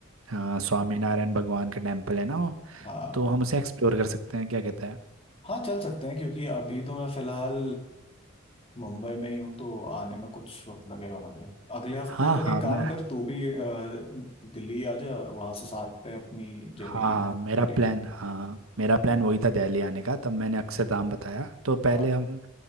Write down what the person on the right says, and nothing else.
हाँ स्वामी नारायण भगवान का टेम्पल है ना वो
तो हम उसे एक्सप्लोर कर सकते हैं क्या कहता है
हाँ
हाँ
मैं
हाँ मेरा
प्लान हाँ मेरा प्लान वही था दिल्ली आने का तब मैंने अक्षरधाम बताया तो पहले
हम